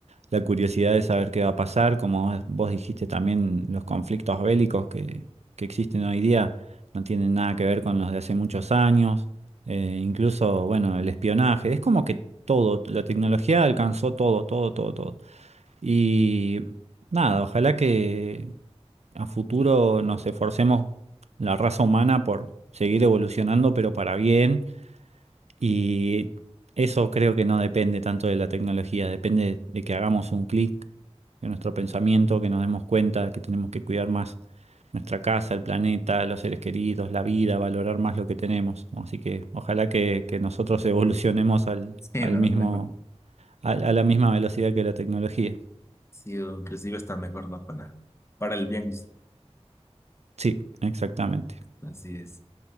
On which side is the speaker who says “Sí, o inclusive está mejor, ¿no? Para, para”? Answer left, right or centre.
Left